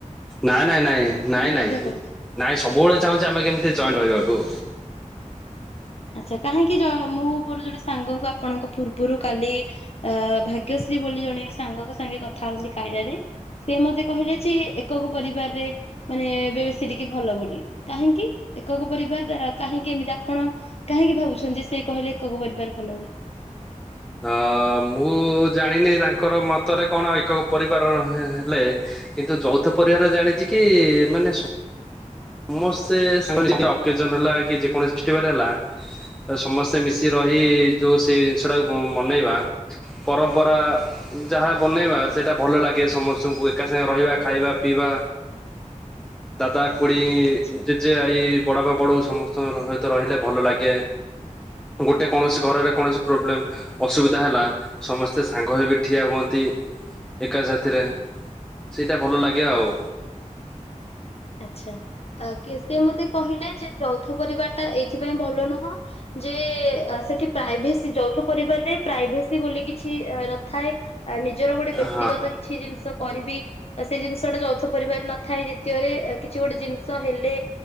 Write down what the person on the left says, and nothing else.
ବାଧ୍ୟ
କରୁଛି।
ଆଚ୍ଛା କାହିଁକି ମୁଁ ମୋର ଜଣେ ସାଙ୍ଗଙ୍କୁ ଆପଣଙ୍କ ପୂର୍ବରୁ କାଲି ଅ ଭାଗ୍ୟଶ୍ରୀ ବୋଲି ଜଣେ ସାଙ୍ଗଙ୍କ ସାଙ୍ଗେ କଥା ହଉଥିଲି କାଇରାରେ ସେ ମତେ କହିଲେ ଯେ ଏକକ ପରିବାରରେ ମାନେ ଏ ବେଶୀ ଟିକେ ଭଲ ବୋଲି କାହିଁକି ଏକକ ପରିବାର କାହିଁକି ଏମିତି ଆପଣ କାହିଁକି ଭାବୁଛନ୍ତି ସେ କହିଲେ ଏକକ ପରିବାର ଭଲ ବୋଲି।
ଆଚ୍ଛା
ଆଚ୍ଛା କି ସେ ମତେ କହିଲେ ଯେ ଯୌ ଯୌଥ ପରିବାର ଟା ଏଇଥିପାଇଁ ଭଲ ନୁହଁ ଯେ ସେଠି ପ୍ରାଇଭେସି ଯୌଥ ପରିବାରରେ ପ୍ରାଇଭେସି ବୋଲି କିଛି ନଥାଏ ଆ ନିଜର ଗୋଟେ ବ୍ୟକ୍ତିଗତ
କିଛି ଜିନିଷ କରିବି ସେଇ ଜିନିଷଟା ଯୌଥ ପରିବାରରେ ନଥାଏ ଯେ ଦ୍ୱିତୀୟରେ କିଛି ଗୋଟେ ଜିନିଷ ହେଲେ